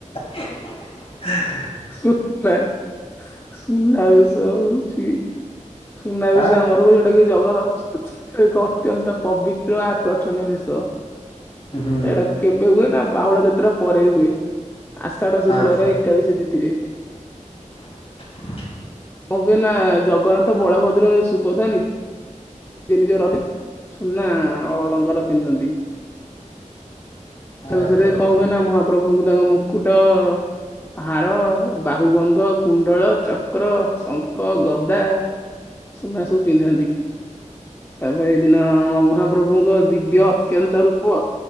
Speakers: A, on the left; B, on the left.
A: ହେ। ହୁଁ
B: ସୁନା ସୁନାବେଷ ହଉଛି ସୁନାବେଷ
A: ଆଁ
B: ଆମର ପ୍ରଭୁ ଯଉଟା କି ଜଗର ସଂସ୍କୃତି ଏକ ଅତ୍ୟନ୍ତ ପବିତ୍ର ଆକର୍ଷଣୀୟ ବିଷୟ।
A: ହୁଁ
B: ତା ଏଇଟା କେବେ ହୁଏ ନା ବାହୁଡା ଯାତ୍ରା ପରେ ହୁଏ। ଆଷାଢ ଶୁକ୍ଳର
A: ଆଚ୍ଛା
B: ଏକାଦଶୀ ତିଥିରେ।
A: <inaudible>
B: ମୁଁ ବି ନା ଜଗନ୍ନାଥ ବଳଭଦ୍ର ସୁଭଦ୍ରା ନ ତିନି ଯୋଉ ରଥ ସୁନା ଅଳଙ୍କାର ପିନ୍ଧନ୍ତି। ସୁନା ବେସରେ
A: ଆଚ୍ଛା ଆଚ୍ଛା
B: କଣ ହୁଏ ନା ମହାପ୍ରଭୁଙ୍କୁ ତାଙ୍କ ମୁକୁଟ ହାର ବାହୁବନ୍ଧ କୁଣ୍ଡଳ ଚକ୍ର ଶଙ୍ଖ ଗଦା ସୁନା ସବୁ ପିନ୍ଧାନ୍ତି। ତାପରେ ଏଇ ଦିନ ଆମ ମହାପ୍ରଭୁଙ୍କ ଦିବ୍ୟ ଅତ୍ୟନ୍ତ ରୂପ